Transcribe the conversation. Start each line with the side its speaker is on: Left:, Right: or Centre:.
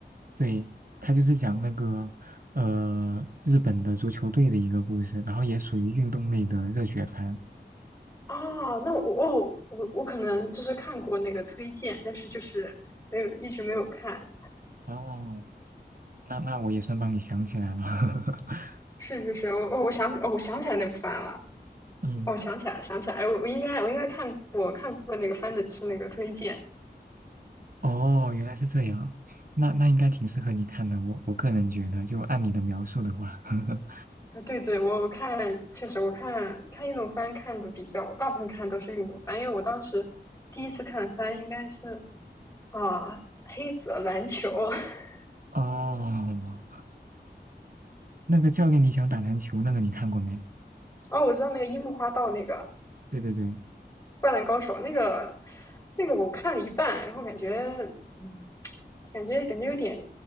Right: 对，他就是讲那个呃日本的足球队的一个故事，然后也属于运动类的热血番。
Left: 啊，那我哦，我我可能就是看过那个推荐，但是就是没有一直没有看。
Right: 哦，那那我也算帮你想起来了。<laughs>
Left: 是是是，我我我想起哦，我想起来那个番了，
Right: 嗯，
Left: 我想起来，想起来，哎，我我应该我应该看过看过那个番的，就是那个推荐。
Right: 哦，原来是这样，那那应该挺适合你看的，我我个人觉得，就按你的描述的话，<laughs>
Left: 啊，对对，我我看确实，我看看运动番看的比较，大部分看的都是运动番，因为我当时第一次看番应该是啊黑子篮球，<laughs>
Right: 哦，那个教练你想打篮球那个你看过没？
Left: 哦，我知道那个樱木花道那个
Right: 对对对，
Left: 灌篮高手那个那个我看了一半，然后感觉嗯感觉感觉有点